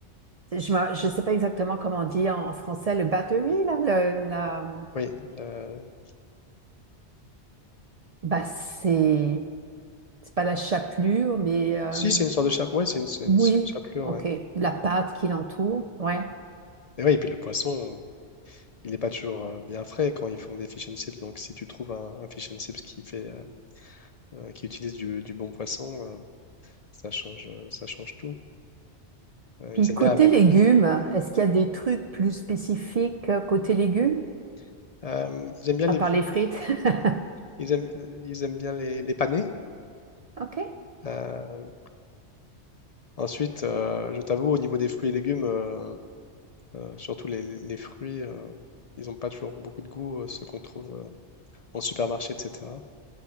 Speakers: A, on the right (about 55°); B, on the left (about 50°).
A: je me- je sais pas exactement comment on dit en, en français le battery là, le- la,
B: Oui, le-
A: bah c'est, c'est pas la chapelure, mais euh,
B: si, c'est une sorte de chapelure. Oui, c'est une, c'est une-
A: oui,
B: c'est une chapelure,
A: ok,
B: ouais.
A: la pâte qui l'entoure, ouais.
B: Et oui, et puis le poisson, il n'est pas toujours euh, bien frais quand ils font des fish and chips. Donc, si tu trouves un, un fish and chips qui fait, euh, euh, qui utilise du, du bon poisson, euh, ça change, euh, ça change tout. Euh,
A: Puis
B: ils
A: côté
B: aiment bien avec...
A: légumes,
B: euh,
A: est-ce qu'il y a des trucs plus spécifiques euh, côté légumes,
B: <clears throat> euh, ils aiment bien
A: à
B: les
A: part
B: vieux-
A: les frites? <laughs>
B: ils aiment, ils aiment bien les, les panés.
A: Ok,
B: Euh, ensuite, euh, je t'avoue, au niveau des fruits et légumes, euh, euh, surtout les, les fruits, euh, ils n'ont pas toujours beaucoup de goût, euh, ceux qu'on trouve euh, en supermarché, etc.